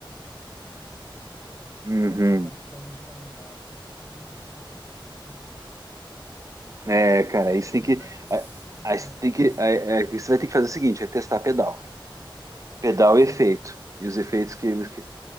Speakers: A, on the left (about 25°); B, on the right (about 40°).
A: entendeu?
B: uhum.
A: a, a parte da originalidade, assim, tentar fazer um time bem diferente.
B: É, cara,
A: Sei,
B: aí
A: eu
B: você
A: ainda
B: tem que,
A: não sei
B: a- aí
A: como
B: você
A: é que
B: tem
A: vai
B: que,
A: ser
B: aí-
A: ainda.
B: é que você vai ter que fazer o seguinte, é testar pedal, cara. Pedal
A: Sim,
B: e efeito e os efeitos
A: aham,
B: que, que-